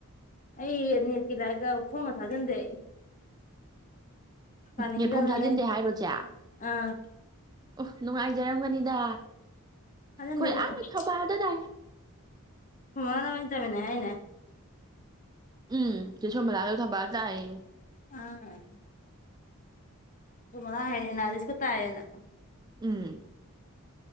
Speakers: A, on the left; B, on the right.
A: ꯑꯩ ꯅꯦꯠꯀꯤ ꯂꯥꯏꯔꯤꯛꯀ ꯐꯣꯝꯒ ꯊꯥꯖꯟꯗꯦ ꯄꯥꯅꯤꯡꯗꯕꯅ
B: ꯅꯦꯠ ꯐꯣꯝ ꯊꯥꯖꯟꯗꯦ
A: ꯑꯩ
B: ꯍꯥꯏꯔꫭ ꯆꯦ ꯑꯣ
A: ꯑꯥ
B: ꯅꯨꯡꯉꯥꯏꯖꯔꯝ ꯃꯅꯤꯗ
A: ꯊꯥꯖꯟꯗꯦ
B: ꯍꯣꯏ
A: ꯑꯩꯈꯣꯏ
B: ꯑꯥꯗ
A: ꯑꯩꯈꯣꯏ
B: ꯊꯧꯕꯥꯜꯗ ꯇꯥꯏ
A: ꯃꫭꯅꯥ ꯅꯕꯥꯟꯅꯤ ꯇꯥꯃꯤꯟꯅꯩ ꯍꯥꯏꯔꯤꯅꯦ
B: ꯎꯝ ꯆꯦ ꯁꫭꯃꯤꯂꯥꯁꯨ ꯊꯧꯕꯥꯜ ꯇꯥꯏ ꯑꯌꯦ
A: ꯑ ꯁꫭꯃꫭꯂꯥ ꯍꯥꯏꯅꯦ ꯑꯦꯅꯥꯔꯤꯁꯀ ꯇꯥꯏ ꯑꯅ
B: ꯎꯝ